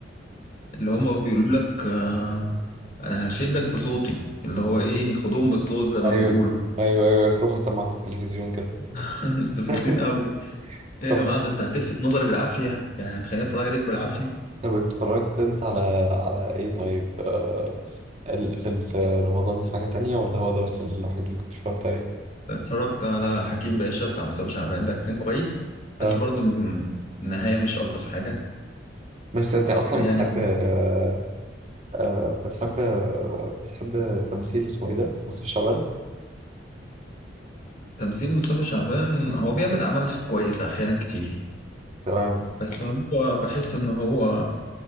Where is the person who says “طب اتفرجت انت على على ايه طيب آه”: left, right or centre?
Right